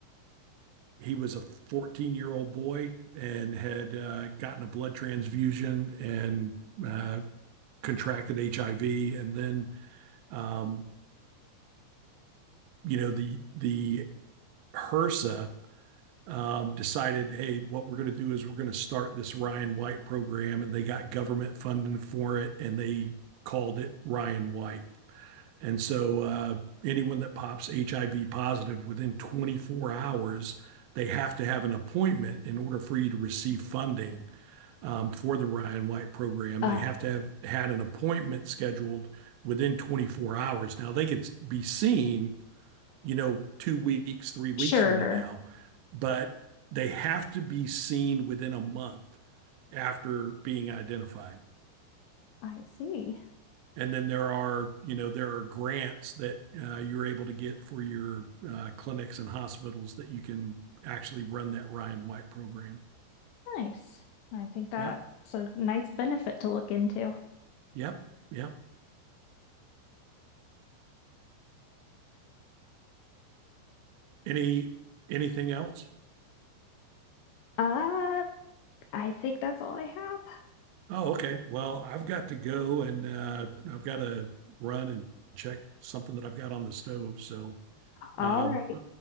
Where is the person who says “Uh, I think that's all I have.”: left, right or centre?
Left